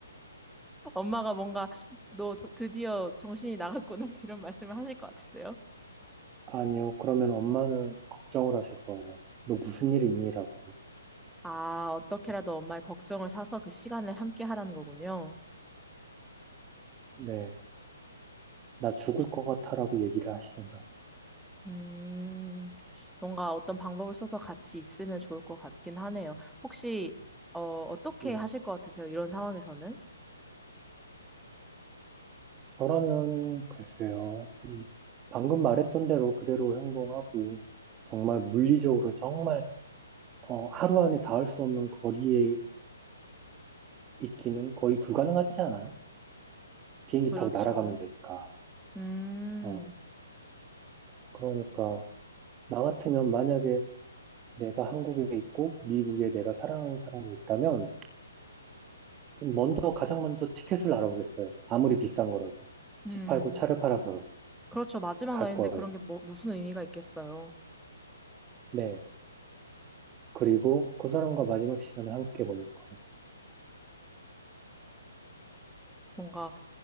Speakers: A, in the centre; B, on the right (about 20°).
A: 엄마가 뭔가 너 드- 드디어 정신이 나갔구나 <laughs> 이런 말씀을 하실 것 같은데요.
B: 아니요. 그러면 엄마는 걱정을 하실 거예요. 너 무슨 일 있니? 라고.
A: 아, 어떻게라도 엄마의 걱정을 사서 그 시간을 함께 하라는 거군요.
B: 네. 나 죽을 것 같아라고 얘기를 하시든가.
A: 음, 뭔가 어떤 방법을 써서 같이 있으면 좋을 것 같긴 하네요. 혹시, 어, 어떻게
B: 네.
A: 하실 것 같으세요? 이런 상황에서는?
B: 저라면 글쎄요. 음, 방금 말했던 대로 그대로 행동하고 정말 물리적으로 정말 어, 하루 안에 닿을 수 없는 거리에 있기는 거의 불가능하지 않아요? 비행기
A: 그렇죠.
B: 타고 날아가면 되니까.
A: 음,
B: 어, 그러니까 나 같으면 만약에 내가 한국에 있고 미국에 내가 사랑하는 사람이 있다면 그 먼저 가장 먼저 티켓을 알아보겠어요. 아무리 비싼 거라도
A: 음.
B: 집 팔고 차를 팔아서라도
A: 그렇죠. 마지막
B: 갈
A: 날인데
B: 거예요.
A: 그런 게 뭐, 무슨 의미가 있겠어요.
B: 네. 그리고 그 사람과 마지막 시간을 함께 보낼 거예요.
A: 뭔가